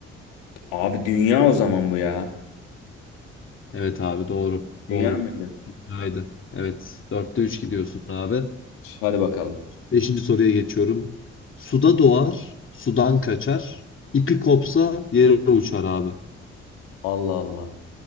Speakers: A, on the left; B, on the left.
A: Abi dünya o zaman bu ya.
B: Evet abi doğru
A: Dünya
B: doğru.
A: mıydı?
B: Dünyaydı. Evet dörtte 3 gidiyorsun abi.
A: Hadi bakalım.
B: Beşinci soruya geçiyorum. Suda doğar sudan kaçar. İpi kopsa yere uçar abi.
A: Allah Allah.